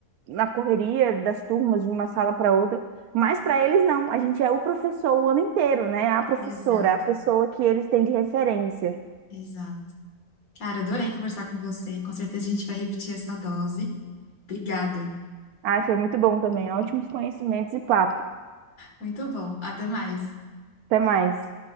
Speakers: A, on the right; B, on the left.
A: na correria das turmas, de uma sala para outra, mas para eles não, a gente é o professor o ano inteiro, né? A professora,
B: Exato,
A: a pessoa que eles têm de referência.
B: exato. Cara, adorei conversar com você. Com certeza a gente vai repetir essa dose. Obrigada.
A: Ai, foi muito bom também, ótimos conhecimentos e papo.
B: Muito bom. Até mais.
A: Até mais.